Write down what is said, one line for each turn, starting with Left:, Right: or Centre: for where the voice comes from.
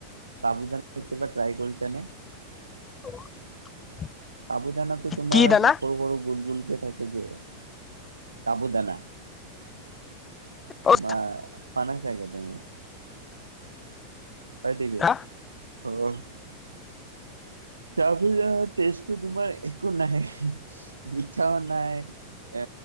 Right: চাবু দানা কেতিয়াবা ট্ৰাই কৰিছা নে?
Left: <unintelligible>
Right: চাবু দানাটো তোমাৰ
Left: কি দানা
Right: সৰু সৰু গোল গোলকে থাকে যে চাবু দানা।
Left: অ
Right: বা খোৱা নাই চাগে তুমি? পাইতিকে
Left: হা
Right: অ <unintelligible> চাবু দানা টেষ্টটো তোমাৰ একো নায়ে। মিঠাও নাই এ